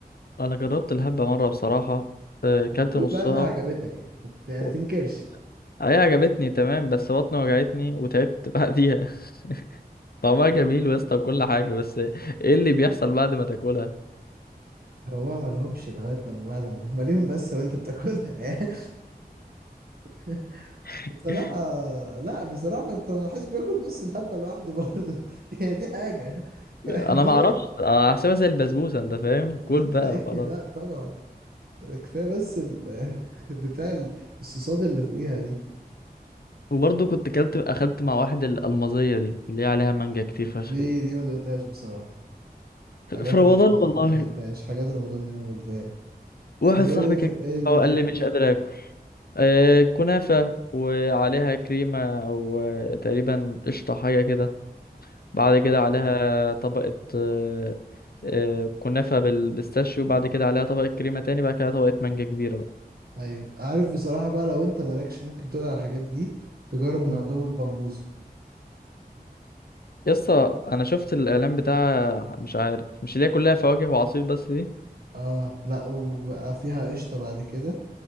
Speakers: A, on the left (about 70°); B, on the right (about 70°).
A: انا جربت الهبة مرة بصراحة آه، كلت
B: قول
A: نصها
B: بقى انها عجبتك يعني ما ت- يعني
A: و-
B: تنكرش
A: هي عجبتني تمام بس بطني وجعتني وتعبت بعديها <laughs> طعمها جميل ويسطا وكل حاجة بس ايه اللي بيحصل بعد ما تاكلها
B: هو بقى ما لهمش لغايه لما بعد ما هم ليهم بس وانت بتاكلها يعني <laughs>
A: <laughs>
B: بصراحه لا بصراحه ما انت ما حدش بياكل نص الحبه لوحده برضه <laughs> يعني دي حاجه فاهم
A: انا
B: دي
A: ما
B: نقطه
A: اعرفش أنا هحسبها زي البسبوسه انت فاهم
B: بسبوسه
A: كل بقى
B: ايه
A: وخلاص
B: <laughs> لا طبعا كفايه بس ال... <laughs> بتاع الصوصات اللي فوقيها دي
A: وبرضه كنت كلت اخدت مع واحد الالمازيه دي اللي هي عليها مانجا كتير فشخ
B: دي
A: دي
B: دي ما دقتهاش بصراحة حاجات
A: في رمضان
B: رمضان
A: والله
B: ما اكلتهاش حاجات رمضان دي ما اكلتهاش
A: واحد
B: طب
A: صاحبي
B: ايه
A: كان
B: ايه دنيتي
A: هو قال لي مش قادر اكل آه كنافه وعليها كريمه او آه، تقريبا قشطه حاجه كده بعد كده عليها طبقه آه آه كنافه بالبيستاشيو بعد كده عليها طبقه كريمه تاني بعد كده طبقه مانجا كبيره
B: ايوه عارف بصراحة بقى لو انت مالكش ممكن تقول على الحاجات دي تجرب من
A: بقى
B: عندهم البامبوزة
A: يسطا انا شفت الاعلان بتاع مش عارف مش اللي هي كلها فواكه وعصير بس دي
B: اه لا وبقى فيها قشطة بعد كده